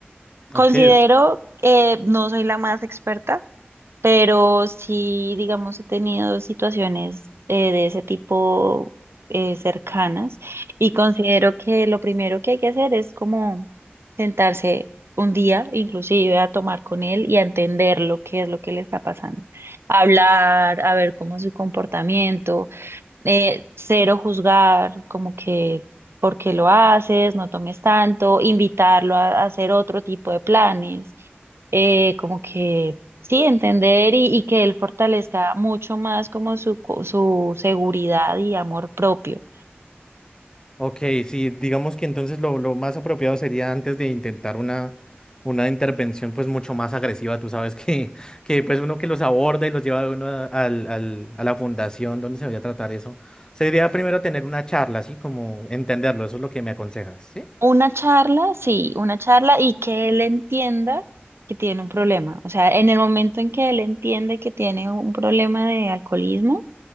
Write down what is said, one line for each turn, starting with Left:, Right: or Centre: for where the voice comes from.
Left: Ok.
Right: Considero, eh, no soy la más experta, pero sí, digamos, he tenido situaciones eh, de ese tipo eh, cercanas y considero que lo primero que hay que hacer es como sentarse un día, inclusive a tomar con él y a entender lo que es lo que le está pasando, hablar, a ver cómo es su comportamiento, eh, cero juzgar, como que por qué lo haces, no tomes tanto, invitarlo a, a hacer otro tipo de planes, eh, como que sí, entender y, y que él fortalezca mucho más como su, co- su seguridad y amor propio.
Left: Ok, sí, digamos que entonces lo, lo más apropiado sería antes de intentar una, una intervención pues mucho más agresiva, tú sabes <laughs> que, que pues uno que los aborda y los lleva de uno a, al- al- a la fundación donde se vaya a tratar eso, sería primero tener una charla, así como entenderlo, eso es lo que me aconsejas, ¿sí?
Right: Una charla, sí, una charla y que él entienda que tiene un problema. O sea, en el momento en que él entiende que tiene un problema de alcoholismo,